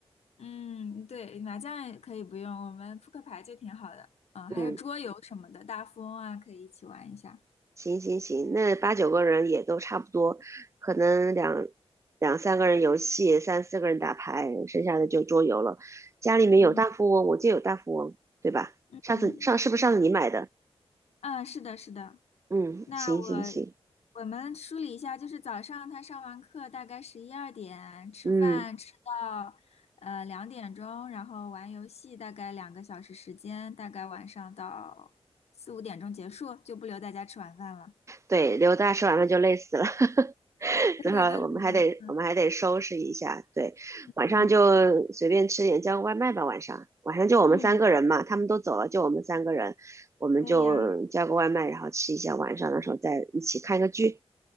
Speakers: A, on the left (about 85°); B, on the right (about 30°).
A: 嗯，对，麻将也可以不用，我们扑克牌就挺好的。嗯，
B: 嗯，
A: 还有桌游什么的，大富翁啊，可以一起玩一下。
B: 行行行，那八九个人也都差不多，可能两两三个人游戏，三四个人打牌，剩下的就桌游了。家里面有大富翁，
A: 嗯
B: 我就有大富翁，对吧？
A: 嗯嗯，
B: 上次上是不是上次你买的？
A: 嗯，啊是的，是的。
B: 嗯，
A: 那我我们梳理一下，
B: 行行行，
A: 就是早上他上完课大概十一二点吃饭，
B: 嗯。
A: 吃到呃两点钟，然后玩游戏大概两个小时时间，大概晚上到四五点钟结束，就不留大家吃晚饭了。
B: 对，刘大吃完饭就累死了，<laughs>
A: <laughs> 对对对对
B: 等会儿我们还得我们还得收拾一下。
A: 对，
B: 对，
A: 嗯
B: 晚上就随便吃点，叫个外卖吧。晚上晚上就我们三个人嘛，
A: 嗯，
B: 他们都走了，就我们三个人，我们就叫个外卖，
A: 可以啊。
B: 然后吃一下。晚上的时候再一起看个剧，